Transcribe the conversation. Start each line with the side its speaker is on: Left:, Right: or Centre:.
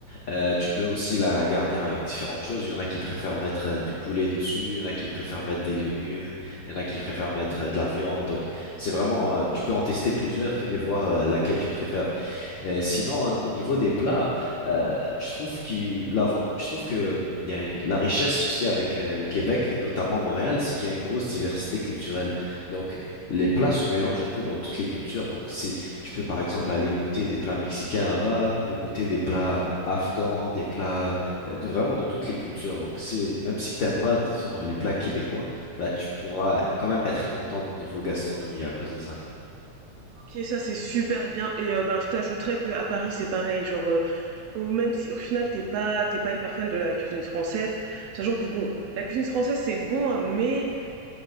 Left: Euh, tu peux aussi la garnir avec différentes choses. Il y en a qui préfèrent mettre euh, du poulet dessus, il y en a qui préfèrent mettre des légumes, il y en a qui préfèrent mettre euh, de la viande. Donc c'est vraiment, euh, tu peux en tester plusieurs et voir euh, laquelle tu préfères. Euh, sinon, au au niveau des plats, euh, je trouve qu'il l'avant- je trouve que hum, il y a la richesse aussi avec euh, le Québec, notamment Montréal, c'est qu'il y a une grosse diversité culturelle. Donc, les plats se mélangent un peu dans toutes les cultures. Donc, c'est, tu peux par exemple aller goûter des plats mexicains là-bas, tu peux goûter des plats afghans, des plats euh, de vraiment de toutes les cultures. Donc, c'est même si t'aimes pas, disons, les plats québécois, bah tu pourras quand même être contente niveau gastronomie à cause de ça.
Right: OK, ça c'est super bien et heu, ben, je t'ajouterais que à Paris, c'est pareil, genre, heu, au même si au final t'es pas t'es pas hyper fan de la cuisine française, sachant que bon, la cuisine française c'est bon, hein, mais